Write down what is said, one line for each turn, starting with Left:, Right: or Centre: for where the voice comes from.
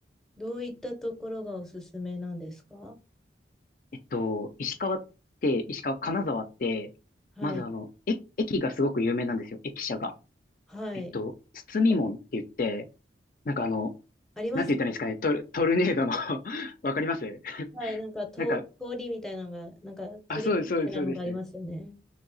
Centre: どういったところがおすすめなんですか
Left: えっと、石川って、石川、金沢って、
Centre: はい、
Left: まずあの、え駅がすごく有名なんですよ、駅舎が。
Centre: はい。
Left: えっと、包み門って言って、
Centre: なんか、
Left: なんかあの、
Centre: ありますよ
Left: なんて言ったらいいんですかね、トル、トルネードの <laughs> わかります
Centre: ねはい、なんかと、
Left: なんか、
Centre: 通りみたいなのが、なんか鳥みたいなのがありますよね。
Left: あ、そうです、そうです、そうです。